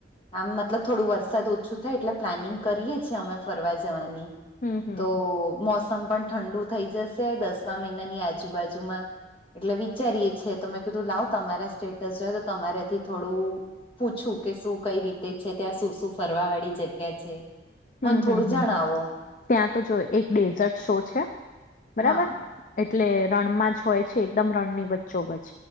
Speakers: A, on the left; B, on the left.
A: આમ મતલબ થોડું વરસાદ ઓછું થાય એટલે પ્લાનિંગ કરીએ છીયે અમે. ફરવા જવાની
B: હમ હમ
A: તો મોસ સમ પણ ઠંડુ થઈ જસે દસમા મહિનાની આજુબાજુ માં. એટલે વિચારીએ છીયે તો મેં કીધું લાવ તમારા સ્ટેટ્સ જોયા તો તમારે હજી થોડું પૂછું કે શું કઈ રીતે છે ત્યાં શું શું ફરવાવાળી જગ્યા છે?
B: હમ્મ
A: મને થોડું
B: હમ્મ હમ્મ
A: જણાવો
B: ત્યાં તો જો એક ડેઝર્ટ શો છે બરાબર?
A: હા
B: એટલે રણમાંજ હોય છે એકદમ રણની વચ્ચોવચ